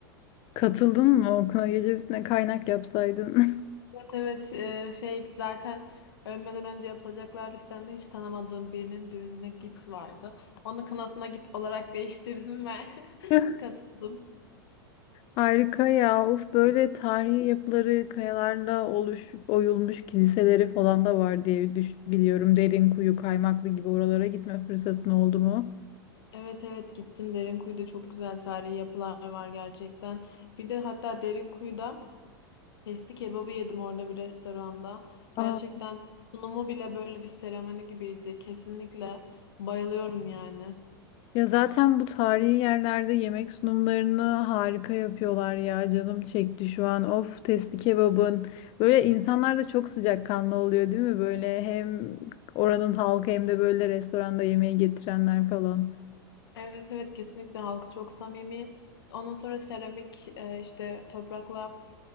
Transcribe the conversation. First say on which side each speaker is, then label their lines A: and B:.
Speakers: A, on the left; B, on the left.
A: katıldın mı okula gecesine kaynak yapsaydın?
B: Evet e, şey zaten ölmeden önce yapılacaklar listemde hiç tanımadığım birinin düğününe git vardı. Onu kınasına git olarak değiştirdim ve <laughs>
A: <laughs>
B: katıldım.
A: Harika ya. Of böyle tarihi yapıları kayalarla oluş, oyulmuş kiliseleri falan da var diye düş, biliyorum. Derinkuyu, Kaymaklı gibi oralara gitme fırsatın oldu mu?
B: Evet evet gittim Derinkuyu'da çok güzel tarihi yapılar var gerçekten. Bir de hatta Derinkuyu'da testi kebabı yedim orada bir restoranda. Gerçekten
A: Aa,
B: sunumu bile böyle bir seremoni gibiydi. Kesinlikle bayılıyorum yani.
A: ya zaten bu tarihi yerlerde yemek sunumlarını harika yapıyorlar ya. Canım çekti şu an. Of testi kebabın. Böyle insanlar da çok sıcakkanlı oluyor değil mi? Böyle hem oranın halkı hem de böyle restoranda yemeği getirenler falan.
B: Evet evet kesinlikle halkı çok samimi. Ondan sonra seramik e, işte toprakla